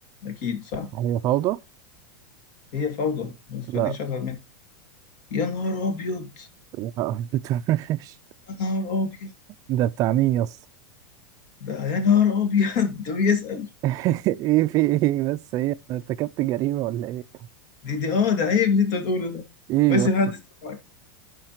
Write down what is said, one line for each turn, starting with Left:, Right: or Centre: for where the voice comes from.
Left: اكيد صح
Right: اه هي فوضى
Left: هي فوضى ما تخليش
Right: لا
Left: ازعل منها يا نهار ابيض
Right: لا <laughs> مش-
Left: يا نهار ابيض
Right: ده بتاع مين يس
Left: ده يا نهار ابيض <laughs> ده بيسأل
Right: <laughs> ايه في ايه بس هي انا ارتكبت جريمة ولا ايه
Left: دي دي اه ده عيب اللي انت بتقوله ده
Right: ايه
Left: كويس
Right: يا اسطى
Left: ان حد سمعك